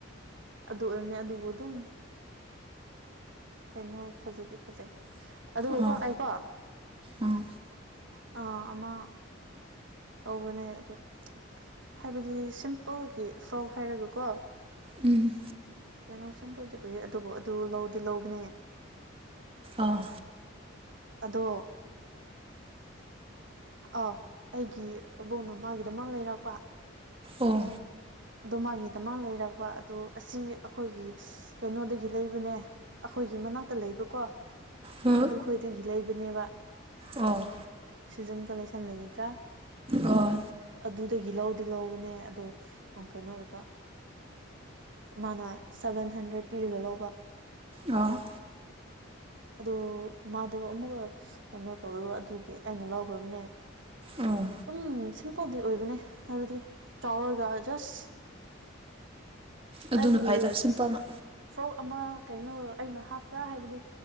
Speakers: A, on the right (about 65°); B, on the right (about 25°).
A: ꯑꯗꯨ ꯑꯣꯏꯕꯅꯦ ꯑꯗꯨꯕꯨ ꯑꯗꯨꯝ ꯀꯩꯅꯣ ꯐꯖꯗꯤ ꯐꯖꯩ ꯑꯗꯨꯒ
B: ꯑꯣ
A: ꯀꯣ ꯑꯩꯀꯣ
B: ꯎꯝ
A: ꯑ ꯑꯃꯃ ꯇꯧꯕꯅꯦ ꯑꯗꯣ ꯍꯥꯏꯕꯗꯤ ꯁꯤꯝꯄꯜꯒꯤ ꯐ꯭ꯔꯥꯎ ꯍꯥꯏꯔꯒꯀꯣ
B: ꯎꯝ
A: ꯀꯩꯅꯣ ꯁꯤꯝꯝꯕꯜꯗꯤ ꯎꯏ ꯑꯗꯨꯕꯨ ꯑꯗꯨ ꯂꯧꯗꯤ ꯂꯧꯕꯅꯦ
B: ꯑꯥ
A: ꯑꯗꯣ ꯑ ꯑꯩꯒꯤ ꯑꯕꯣꯛꯅ ꯃꯥꯒꯤꯗꯃꯛ ꯂꯩꯔꯛꯄ
B: ꯑꯣ
A: ꯑꯗꯨ ꯃꯥꯒꯤꯗꯃꯛ ꯂꯩꯔꯛꯔꯕ ꯑꯗꯨ ꯑꯁꯤ ꯑꯩꯈꯣꯏꯒꯤ ꯀꯩꯅꯣꯗꯒꯤ ꯂꯩꯕꯅꯦ ꯑꯩꯈꯣꯏꯒꯤ ꯃꯅꯥꯛꯇ ꯂꯩꯕꯀꯣ
B: ꯍ
A: ꯑꯗꯨ ꯈꯣꯏꯗꯒꯤ ꯂꯩꯕꯅꯦꯕ
B: ꯑꯣ
A: ꯁꯤꯖꯟ ꯀꯂꯦꯛꯁꯟ ꯂꯩꯒꯗ꯭ꯔꯥ
B: ꯑꯣ
A: ꯑꯗꯨꯗꯒꯤ ꯂꯧꯗꯤ ꯂꯧꯕꯅꯦ ꯑꯗꯣ ꯀꯩꯅꯣ ꯑꯣꯏꯕ ꯃꯥꯅ ꯁꯚꯦꯟ ꯍꯟꯗ꯭ꯔꯦꯗ ꯄꯤꯔꯒ ꯂꯧꯕ
B: ꯑꯣ
A: ꯑꯗ ꯃꯥꯗꯣ ꯑꯃꯨꯛꯀ ꯀꯩꯅꯣ ꯇꯧꯗꯕ ꯑꯗꯨꯒꯤ ꯑꯩꯅ ꯂꯧꯈ꯭ꯔꯕꯅꯦ
B: ꯑꯣ
A: ꯑꯗꯨꯝ ꯁꯤꯝꯄꯜꯗꯤ ꯑꯣꯏꯕꯅꯦ ꯍꯥꯏꯕꯗꯤ ꯆꯥꯎꯔꯒ ꯖꯁ
B: ꯑꯗꯨꯅ
A: ꯑꯗꯨꯗꯤ
B: ꯐꯩꯗ ꯁꯤꯝꯄꯜꯅ
A: ꯐ꯭ꯔꯣꯛ ꯑꯃ ꯀꯩꯅꯣ ꯑꯩꯅ ꯍꯥꯞꯇ꯭ꯔꯥ ꯍꯥꯏꯕꯗꯤ